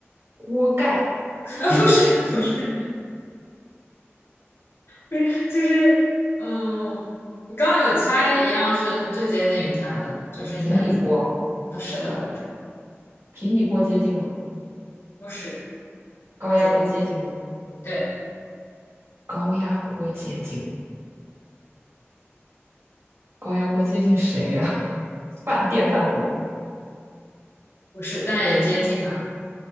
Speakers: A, on the right; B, on the left.
A: 锅盖、
B: <laughs> 啊，不是不是不是，就是嗯，你刚刚有猜一样是很最接近于它的，就是你在
A: 平底锅，
B: 不是的，
A: 平底锅接近吗？
B: 不是
A: 高压锅接近吗？
B: 不接近，对，
A: 高压锅接近，高压锅接近谁呀、<laughs> 饭电饭锅，
B: 不是，但也接近吧。